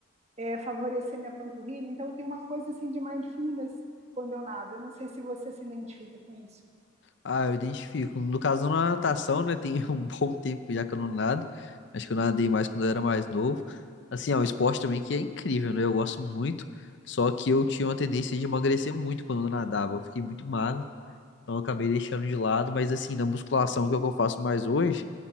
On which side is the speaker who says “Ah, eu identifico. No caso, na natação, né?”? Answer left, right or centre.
Left